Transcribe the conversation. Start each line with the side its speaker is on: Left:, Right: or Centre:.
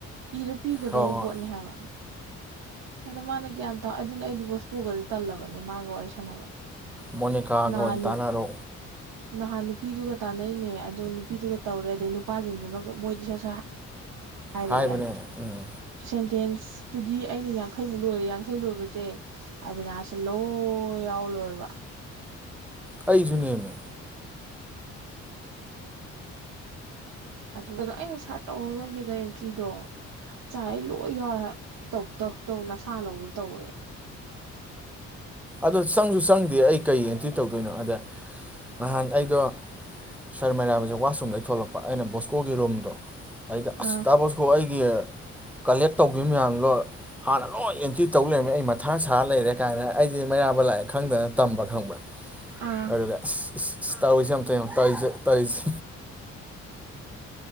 Right: ꯏꯔ ꯄꯤꯒꯗꯧ
Centre: ꯍꯣꯏ ꯍꯣꯏ
Right: ꯄꯣꯠꯅꯤ ꯍꯥꯏꯕ ꯑꯗꯣ ꯃꯥꯅ ꯒ꯭ꯌꯥꯟ ꯇꯥꯎ ꯑꯗꯨꯅ ꯑꯩꯗꯤ ꯕꯣꯁꯀꯣꯒꯗꯤ ꯇꯜꯂꯕꯅꯦ ꯃꯥꯒ ꯋꯥꯔꯤ ꯁꯥꯟꯅꯕ꯫
Centre: ꯃꯣꯅꯤꯀꯥꯒ
Right: ꯅꯍꯥꯟ
Centre: ꯑꯣꯏꯅ ꯇꯥꯟꯅꯔꯣ꯫
Right: ꯅꯍꯥꯟ ꯅꯨꯄꯤꯗꯨꯒ ꯇꯥꯟꯅꯩꯅꯦ ꯑꯗꯣ ꯅꯨꯄꯤꯗꯨꯒ ꯇꯧꯔꯦ ꯑꯗꯩ ꯅꯨꯄꯥꯁꯤꯡꯗꯨꯅꯒ ꯃꯣꯏꯗꯤ <unintelligible> ꯍꯥꯏꯔꯛꯑꯦ
Centre: ꯍꯥꯏꯕꯅꯦ ꯎꯝ
Right: ꯁꯦꯟꯇꯦꯟꯁꯇꯨꯗꯤ ꯑꯩꯅ ꯌꯥꯡꯈꯩꯃꯨꯛ ꯂꯣꯏꯔꯦ ꯌꯥꯡꯈꯩ ꯂꯣꯏꯕꯁꯦ꯫ ꯑꯕꯤꯅꯥꯁꯁꯨ ꯂꯣꯏ ꯌꯥꯎ ꯂꯣꯏꯔꯕ꯫
Centre: ꯑꯩꯁꯨ ꯅꯦꯃꯦ꯫
Right: ꯑꯗꯨꯗ ꯑꯩꯅ ꯁꯥꯔꯠ ꯇꯧꯔꯔꯣꯏꯒꯦꯗ ꯑꯦꯟꯇ꯭ꯔꯤꯗꯣ꯫ ꯆꯥꯏ ꯂꯣꯏ ꯌꯥꯎꯔꯦ ꯍꯥꯏꯕ ꯇꯧ ꯇꯧ ꯇꯧ ꯅꯁꯥ ꯂꯧꯕꯗꯣ ꯇꯧꯑꯣꯋꯦ꯫
Centre: ꯑꯗꯣ ꯆꯪꯁꯨ ꯆꯪꯗꯦ ꯑꯩ ꯀꯩ ꯑꯦꯟꯇ꯭ꯔꯤ ꯇꯧꯗꯣꯏꯅꯣ ꯑꯗ ꯅꯍꯥꯟ ꯑꯩꯗꯣ, ꯁꯔ ꯃꯩꯔꯥꯕꯁꯦ ꯋꯥꯁꯔꯨꯝꯗꯩ ꯊꯣꯛꯂꯛꯄ ꯑꯩꯅ ꯕꯣꯁꯀꯣꯒꯤ ꯔꯨꯝꯗꯣ ꯑꯗꯩꯗ
Right: ꯑꯥ
Centre: ꯑꯁ ꯗꯥ ꯕꯣꯁ ꯍꯣ ꯑꯩꯒꯤ ꯀꯂꯦꯛ ꯇꯧꯒꯤꯝ ꯃꯌꯥꯝꯗꯣ ꯍꯥꯟꯅ ꯂꯣꯏ ꯑꯦꯟꯇ꯭ꯔꯤ ꯇꯧ ꯂꯩꯔꯝꯃꯦ ꯑꯩ ꯃꯊꯥꯡ ꯁꯥ ꯂꯩꯔꯦ ꯀꯥꯏꯅ ꯑꯩꯗꯤ ꯃꯩꯔꯥꯕ ꯂꯥꯛꯑꯦ ꯈꯪꯗꯗꯅ ꯇꯝꯕ ꯈꯪꯕ꯭ꯔꯥ
Right: ꯑꯥ
Centre: ꯑꯗꯨꯒ ꯏꯁ ꯏꯁ ꯏꯁ ꯇꯧꯔꯤꯖꯦ ꯌꯦꯡꯉꯣ ꯑꯝꯇ ꯌꯣꯡ ꯇꯧꯏꯖꯦ ꯇꯧꯏꯁꯦ